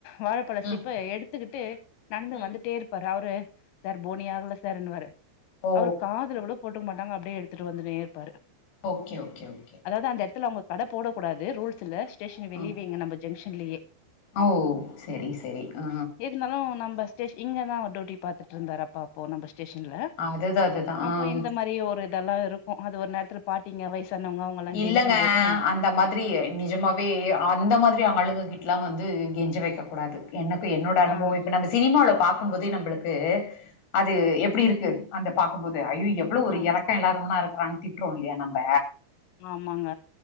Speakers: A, on the left; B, on the left.
A: வாழப்பழசீப்
B: ம்
A: ப எடுத்துக்கிட்டு நடந்து
B: ம்
A: வந்துட்டே இருப்பாரு அவரு சார் போனி ஆகல சாருன்னுவாரு
B: ஓ
A: அவரு காதுல கூட போட்டுக்க மாட்டாங்க அப்டே எடுத்துட்டு வந்துனே இருப்பாரு
B: ஓகே ஓகே ஓகே
A: அதாவது அந்த எடத்துல அவங்க கடை போட கூடாது ரூல்ஸ் இல்ல ஸ்டேஷன் வெளியவே
B: ம்
A: இங்க நம்ப ஜங்ஷன்லயே
B: ஓ சரி சரி ஆ
A: இருந்தாலு நம்ம ஸ்டே இங்க தா டியூட்டி பாத்துட்டு இருந்தாரு அப்பா அப்போ நம் ஸ்டேஷன்ல
B: அதுதா அதுதா
A: அப்ப
B: ஆ
A: இந்த மாரி ஒரு இதெல்லா இருக்கு அது ஒரு நேரத்துல பாட்டீங்க வயசானவங்க அவங்கல்லா
B: இல்லங்க
A: கெஞ்சும் போது
B: அந் அந்த மாதிரி நிஜமாவே அந்த மாதிரி அவங்க‌ ஆளுக கிட்டலா வந்து கெஞ்ச வைக்க கூடாது எனக்கு என்னோட அனுபவோ
A: ஆ
B: இப்ப நம்ம சினிமால பாக்குபோதே நம்மளுக் க்கு அது எப்டி இருக்கு அந்த பாக்குபோது ஐயோ எவ்ளோ ஒரு
A: ஆமா
B: எறக்க இல்லாதவனா இருக்கானு தி ட்றோ இல்லையா நம்ப
A: ஆமாங்க